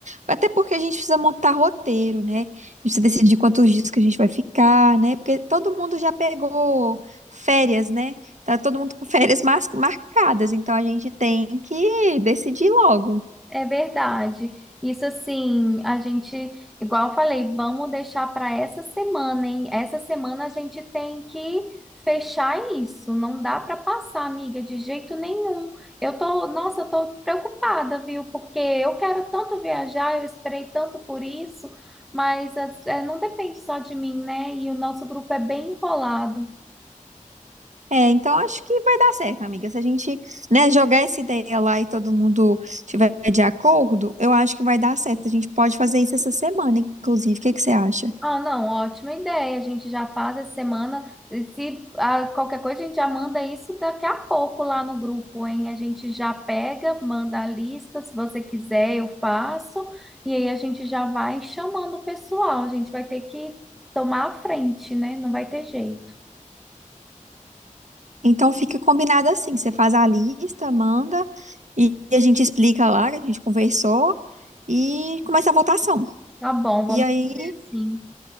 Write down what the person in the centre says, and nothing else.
É verdade. Isso assim, a gente, igual eu falei, vamos deixar para essa semana, hein? Essa semana a gente tem que fechar isso. Não dá para passar, amiga, de jeito nenhum. Eu tô, nossa, eu tô preocupada, viu? Porque eu quero tanto viajar, eu esperei tanto por isso, mas as- é, não depende só de mim, né? E o nosso grupo é bem enrolado.
Ah, não, ótima ideia. A gente já faz essa semana. E se ah, qualquer coisa, a gente já manda isso daqui a pouco lá no grupo, hein? A gente já pega, manda a lista. Se você quiser, eu faço. E aí a gente já vai chamando o pessoal. A gente vai ter que tomar a frente, né? Não vai ter jeito.
Tá bom, vamos
fazer assim.